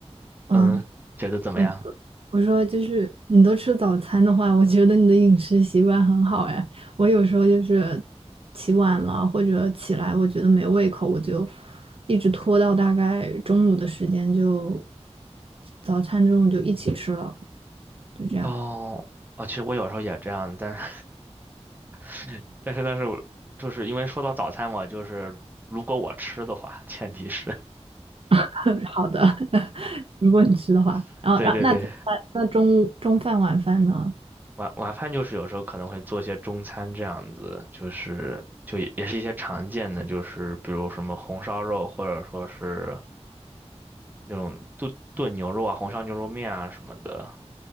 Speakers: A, on the right; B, on the right.
A: 嗯。
B: 嗯，觉得怎么样？
A: 我。我说就是你都吃早餐的话，我觉得你的饮食习惯很好哎。我有时候就是起晚了或者起来，我觉得没胃口，我就一直拖到大概中午的时间就早餐中午就一起吃了，就这样。
B: 哦，哦，其实我有时候也这样，但是 <laughs> 但是但是我就是因为说到早餐嘛，就是如果我吃的话，前提是
A: <laughs> 好的，<laughs> 如果你吃的话，
B: <laughs>
A: 然后那那
B: 对对对，
A: 那中午中饭晚饭呢？
B: 晚晚饭就是有时候可能会做一些中餐这样子，就是就也也是一些常见的，就是比如什么红烧肉，或者说是那种炖炖牛肉啊、红烧牛肉面啊什么的。